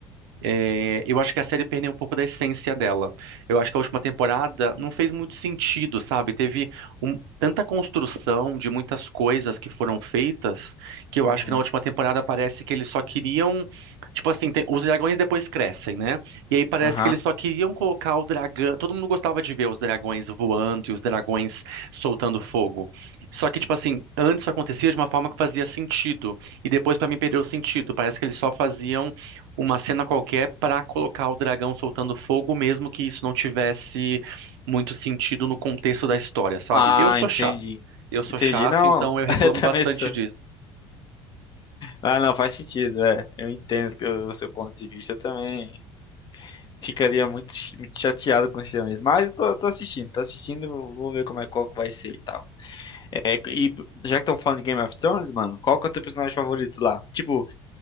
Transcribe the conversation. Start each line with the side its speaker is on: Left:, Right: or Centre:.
Right: é, eu acho que a série perdeu um pouco da essência dela. Eu acho que a última temporada não fez muito sentido, sabe? Teve um- tanta construção de muitas coisas que foram feitas que eu
Left: Uhum.
Right: acho que na última temporada parece que eles só queriam. Tipo assim, tem- os dragões depois crescem, né? E aí parece
Left: Aham.
Right: que eles só queriam colocar o dragão. Todo mundo gostava de ver os dragões voando e os dragões soltando fogo. Só que, tipo assim, antes isso acontecia de uma forma que fazia sentido. E depois, pra mim, perdeu o sentido. Parece que eles só faziam uma cena qualquer para colocar o dragão soltando fogo, mesmo que isso não tivesse muito sentido no contexto da história, sabe?
Left: Ah,
Right: Eu sou
Left: entendi.
Right: chato. Eu sou
Left: Entendi.
Right: chato,
Left: Não,
Right: então eu reclamo
Left: <laughs> eu também
Right: bastante
Left: sou.
Right: disso.
Left: Ah, não, faz sentido. É. Eu entendo que o seu ponto de vista eu também. Ficaria muito, ch- muito chateado com isso mesmo. Mas eu tô, tô assistindo, tô assistindo, vou ver como é qual que vai ser e tal. É, e já que estão falando de Game of Thrones, mano, qual que é o teu personagem favorito lá? Tipo,